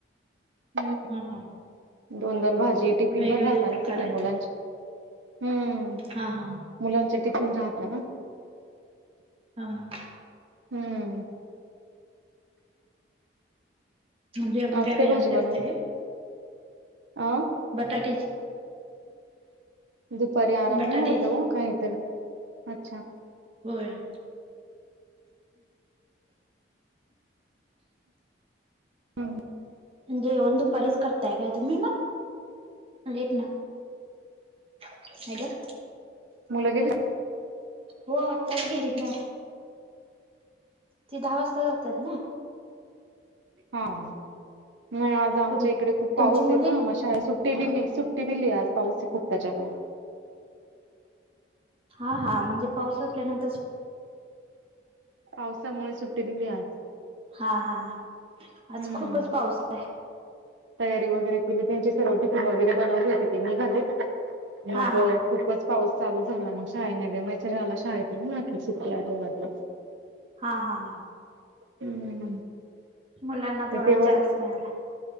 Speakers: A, on the right; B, on the right.
A: खूप.
B: हा हा.
A: दोन, दोन भाजी, टिफिन
B: वेगवेगळे
A: पण राहत
B: प्रकार
A: ना सकाळी
B: आहेत
A: मुलांचे. हुं.
B: हा हा.
A: मुलांचे टिफिन राहता ना.
B: हा हा.
A: हम्म
B: जेवण
A: आज
B: वेळाने
A: काय भाजी बनवली?
B: करताय काय
A: अं.
B: बटाट्याची.
A: दुपारी आराम
B: बटाट्याची
A: नाही होत हो काहीतरी. अच्छा.
B: होय.
A: हम्म.
B: जेवण दुपारीच करताय का तुम्ही मग? लेट ना हॅलो.
A: मुलं गेली?
B: हो आत्ताच गेलीत ना. ते दहा वाजता जात्यात ना.
A: हम्म. नाही आज आमच्या
B: तुम
A: इकडे खूप पाऊस
B: तुमची
A: आहेत
B: मुले
A: ना मग शाळेला सुट्ट ते बी बेसिक टीव्ही ले आता हुं, ऐसे फुकटाच्या घरी.
B: हा हा म्हणजे पाऊस असल्यानंतर सु
A: पावसामुळे सुट्टी दिली आज.
B: हा हा हा आज
A: हम्म
B: खूपच पाऊस आहे.
A: तयारी वगैरे केली त्यांची, सर्व टिफिन वगैरे बनवले होते, ते निघालेत मग
B: हा हा
A: खूपच पाऊस चालू झाला मग शाळेने दे मॅसेज आला शाळेकडून आज सुट्टी आहे मात्र.
B: हा हा हा.
A: हम्म
B: मुलांना तेवढाच
A: ते तेव्हा
B: चान्स मिळाला.